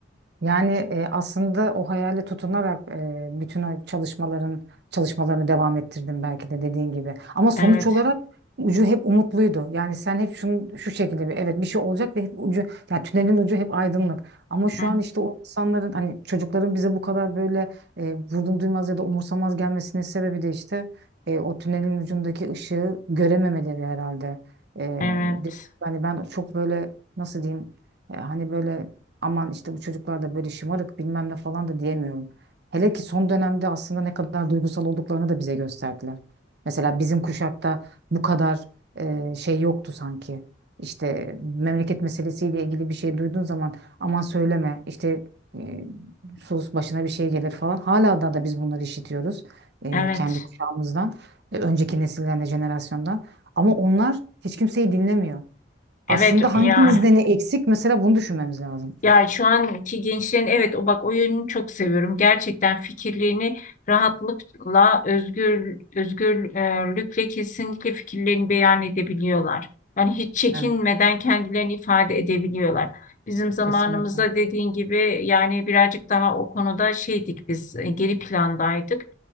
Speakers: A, on the right; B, on the left.
A: Yani e, aslında o hayale tutunarak e, bütün o çalışmaların çalışmalarını devam ettirdim belki de dediğin gibi. Ama sonuç
B: Evet,
A: olarak ucu hep umutluydu. Yani sen hep şunu şu şekilde bir evet bir şey olacak ve hep ucu yani tünelin ucu hep aydınlık. Ama şu
B: Hı,
A: an işte o insanların hani çocukların bize bu kadar böyle e, vurdum duymaz ya da umursamaz gelmesinin sebebi de işte e, o tünelin ucundaki ışığı görememeleri herhalde. E,
B: evet,
A: dedim, yani ben çok böyle nasıl diyeyim e, hani böyle aman işte bu çocuklar da böyle şımarık bilmem ne falan da diyemiyorum. Hele ki son dönemde aslında ne kadar duygusal olduklarını da bize gösterdiler. Mesela bizim kuşakta bu kadar e, şey yoktu sanki. İşte memleket meselesiyle ilgili bir şey duyduğun zaman aman söyleme işte e, sus başına bir şey gelir falan. Hala da da biz bunları işitiyoruz e,
B: evet,
A: kendi kuşağımızdan, e, önceki nesilden de jenerasyondan. Ama onlar hiç kimseyi dinlemiyor.
B: evet
A: Aslında hangimizde
B: ya.
A: ne eksik mesela bunu düşünmemiz lazım.
B: Ya şu anki gençlerin evet o bak o yönünü çok seviyorum. Gerçekten fikirlerini rahatlıkla özgür özgürlükle kesinlikle fikirlerini beyan edebiliyorlar. Yani hiç çekinmeden
A: Evet.
B: kendilerini ifade edebiliyorlar. Bizim zamanımızda
A: Kesinlikle.
B: dediğin gibi yani birazcık daha o konuda şeydik biz e, geri plandaydık.